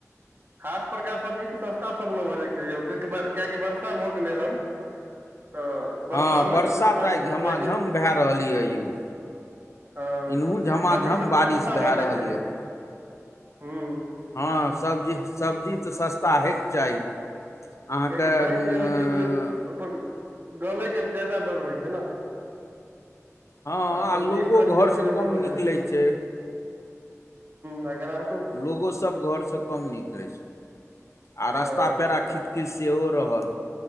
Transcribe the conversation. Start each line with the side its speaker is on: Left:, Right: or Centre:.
Right: हाट परका सब्जी तऽ सस्ता सब न भ जाय क चाही कियकि कियाकि वर्षा भऽ गेलै हन तऽ वरषामे
Left: हँ बरसात
Right: तऽ पता
Left: आइ
Right: रहै
Left: झमाझम
Right: छै
Left: भए रहल यए यौ
Right: हँ
Left: इनहु
Right: तऽ
Left: झमाझम
Right: की सब्जी सभ
Left: बारिश
Right: तऽ सस्ता
Left: भए
Right: भऽ जायके
Left: रहल
Right: चाही
Left: यए
Right: हू
Left: हँ सब्जी सब्जी तऽ सस्ता हइके चाही अहाँके
Right: किएकि पानि
Left: उम्म,
Right: जे होइ छै तऽ ओ ओहिपर गलैके जायदा डर रहै छै न
Left: हँ
Right: आ सब्जियो
Left: लोगो
Right: कनि
Left: घरसँ
Right: जल्दी जल्दी
Left: कम
Right: भऽ
Left: निकलै
Right: जाइ
Left: छै
Right: हय ह ग्रह
Left: लोगो सभ घरसँ कम निकलै छै आ रास्ता
Right: अ
Left: पेरा खीच खीच सेहो रहल